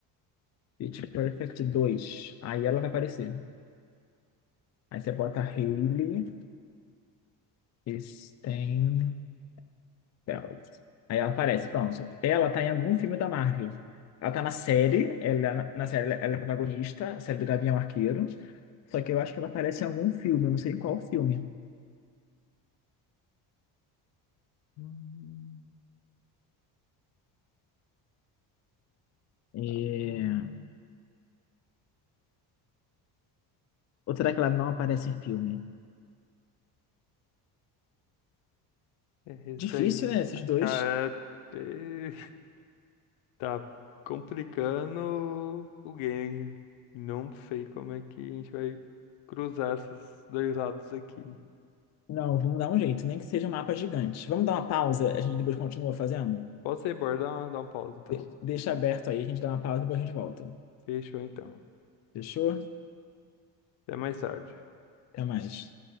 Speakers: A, on the left; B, on the left.
A: Pitch Perfect 2. Aí ela vai aparecer. Aí você bota Hayley Stein. dela. Aí ela aparece, pronto. Ela tá em algum filme da Marvel. Ela tá na série, ela, na série ela ela é protagonista, a série do Gavião Arqueiro. Só que eu acho que ela aparece em algum filme, eu não sei em qual filme.
B: Hum,
A: É...
B: tamanho.
A: Ou será que ela não aparece em filme?
B: É esse
A: Difícil,
B: aí.
A: né, esses
B: tá-
A: dois?
B: Cara, é- tá complicando o game. Não sei como é que a gente vai cruzar esses dois lados aqui.
A: Não, vamos dar um jeito, nem que seja um mapa gigante. Vamos dar uma pausa, a gente depois continua fazendo?
B: Posso ir, bora? Dá uma- dar um pause então.
A: De- deixa aberto aí, a gente dá uma pausa e depois a gente volta.
B: Fechou então.
A: Fechou?
B: Até mais tarde.
A: Até mais.